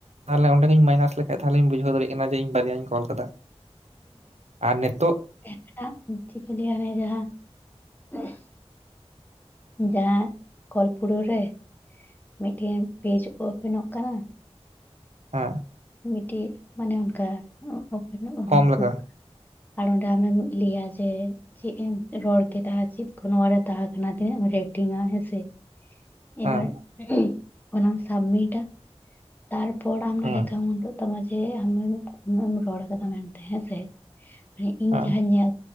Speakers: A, on the right (about 80°); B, on the left (about 15°).
A: ᱛᱟᱦᱚᱞᱮ ᱚᱰᱮᱜᱤᱧ ᱢᱟᱭᱱᱟᱥ ᱞᱮᱠᱷᱟᱡ ᱛᱟᱦᱚᱞᱤᱧ ᱵᱩᱡᱷᱟᱹᱣ ᱫᱟᱲᱮᱭᱟᱜ ᱠᱟᱱᱟ ᱡᱮ ᱤᱧ ᱵᱟᱨᱮᱭᱟᱧ ᱠᱚᱞ ᱟᱠᱟᱫᱟ᱾ <unintelligible> ᱟᱨ ᱱᱤᱛᱚᱜ
B: <unintelligible> ᱪᱤᱫ ᱠᱚ ᱞᱮᱭᱟ ᱦᱟᱱᱮ ᱡᱟᱦᱟᱸ <unintelligible> ᱡᱟᱦᱟᱸ ᱠᱚᱞ ᱯᱩᱨᱟᱹᱣ ᱨᱮ ᱢᱤᱫᱴᱷᱮᱱ ᱯᱮᱡᱽ ᱳᱯᱮᱱᱚᱜ ᱠᱟᱱᱟ
A: ᱦᱟᱸ᱾
B: ᱢᱤᱫᱴᱤᱡ ᱢᱟᱱᱮ ᱚᱱᱠᱟ ᱳᱯᱮᱱᱚᱜ ᱚᱱᱟ
A: ᱯᱷᱚᱨᱢ
B: <unintelligible>
A: ᱞᱟᱜᱟ
B: ᱟᱨ ᱚᱸᱰᱮ ᱟᱢᱮᱢ ᱞᱟᱹᱭᱟ ᱡᱮ ᱪᱮᱫ ᱮᱢ ᱨᱚᱲ ᱠᱮᱫᱟ ᱪᱮᱫ ᱠᱚ ᱱᱚᱣᱟ ᱨᱮ ᱛᱟᱦᱮᱸ ᱠᱟᱱᱟ ᱛᱤᱱᱟᱹᱜ ᱮᱢ ᱨᱮᱴᱤᱝ-ᱟ ᱦᱮᱸ ᱥᱮ ᱮᱵᱟᱨ
A: ᱦᱮᱸ
B: ᱚᱱᱟᱢ ᱥᱟᱵᱢᱤᱴᱟ ᱛᱟᱨᱯᱚᱨ ᱟᱢ
A: ᱦᱮᱸ
B: ᱱᱚᱰᱮ ᱛᱟᱢᱟ ᱡᱮ ᱟᱢᱮᱢ ᱩᱱᱟᱹᱜ ᱮᱢ ᱨᱚᱲ ᱟᱠᱟᱫᱟ ᱢᱮᱱ ᱛᱮ ᱦᱮᱸ ᱥᱮ <unintelligible> ᱢᱟᱱᱮ ᱤᱧ
A: ᱦᱮᱸ
B: ᱡᱟᱦᱟᱸᱧ ᱧᱮᱞ